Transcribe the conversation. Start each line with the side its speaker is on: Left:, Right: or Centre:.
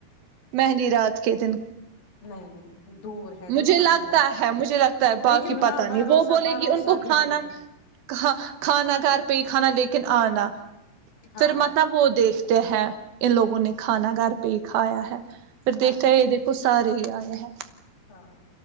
Right: مہندی رات ک دن
Left: نہیں دور ہے نا
Right: مجھے
Left: وہاں
Right: لگتا
Left: نہیں جاتے،
Right: ہے مجھے لگتا ہے باقی
Left: لیکن
Right: پتا
Left: ہاں
Right: نہیں
Left: بھروسہ
Right: وہ بولے
Left: بھروسہ
Right: گی ان کو
Left: بھی
Right: کھانا
Left: نہیں ہے
Right: ک کھانا گھر پہ کھانا لیکن آنا
Left: ہاں
Right: پھر متب وہ دیکھتے ہیں ان لوگوں نے کھانا گھر پہ ہی کھایا ہے پھر
Left: نہ
Right: دیکھتا
Left: نہ
Right: ہے یہ دیک کو سارے ہی ار ج ہے
Left: ہاں